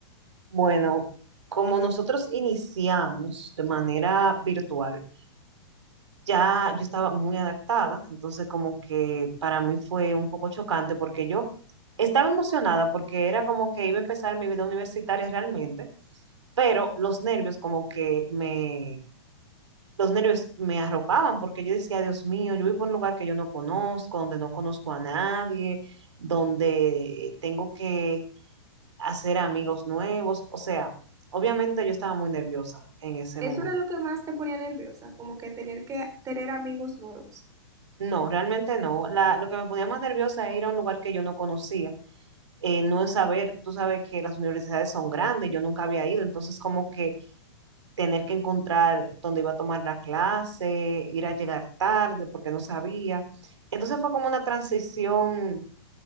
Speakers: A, on the right; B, on the right.
A: Bueno, como nosotros iniciamos de manera virtual, ya yo estaba muy adaptada, entonces como que para mí fue un poco chocante porque yo estaba emocionada porque era como que iba a empezar mi vida universitaria realmente, pero los nervios como que me, los nervios me arropaban porque yo decía, Dios mío, yo vivo en un lugar que yo no conozco, donde no conozco a nadie, donde tengo que hacer amigos nuevos, o sea, obviamente yo estaba muy nerviosa en ese
B: Eso
A: momento.
B: era lo que más te ponía nerviosa, como que tener que tener amigos nuevos.
A: No, realmente no. La, lo que me ponía más nerviosa era ir a un lugar que yo no conocía, eh, no es saber, tú sabes que las universidades son grandes, yo nunca había ido, entonces como que tener que encontrar dónde iba a tomar la clase, ir a llegar tarde porque no sabía. Entonces fue como una transición